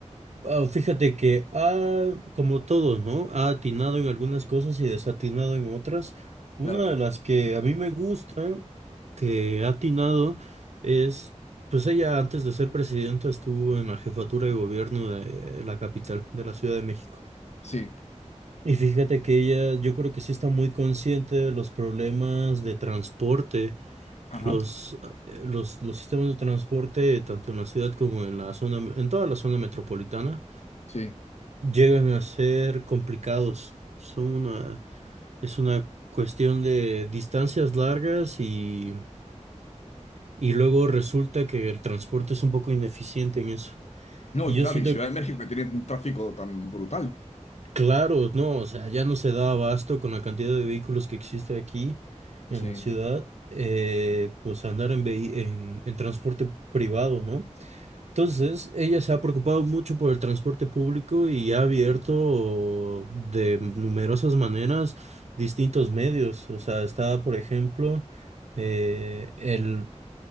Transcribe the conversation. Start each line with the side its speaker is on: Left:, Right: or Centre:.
Right: ah, fíjate que ha, como todos, ¿no? Ha atinado en algunas cosas y desatinado en otras. Una
Left: Claro.
Right: de las que a mí me gusta que ha atinado es, pues ella antes de ser presidenta estuvo en la jefatura de gobierno de la capital, de la Ciudad de México.
Left: Sí,
Right: Y fíjate que ella, yo creo que sí está muy consciente de los problemas de transporte
Left: ajá,
Right: los, eh, los, los sistemas de transporte, tanto en la ciudad como en la zona, en toda la zona metropolitana,
Left: sí.
Right: llegan a ser complicados. Son una, es una cuestión de distancias largas y, y luego resulta que el transporte es un poco ineficiente en eso.
Left: No,
Right: Y
Left: y
Right: yo
Left: claro,
Right: siento,
Left: y Ciudad de México que tiene un tráfico tan brutal.
Right: claro, no, o sea, ya no se da abasto con la cantidad de vehículos que existe aquí en
Left: Sí.
Right: la ciudad, eh, pues andar en, vehi- en en transporte privado, ¿no? Entonces, ella se ha preocupado mucho por el transporte público y ha abierto
Left: Sí,
Right: de numerosas maneras distintos medios. O sea, está, por ejemplo, eh, el,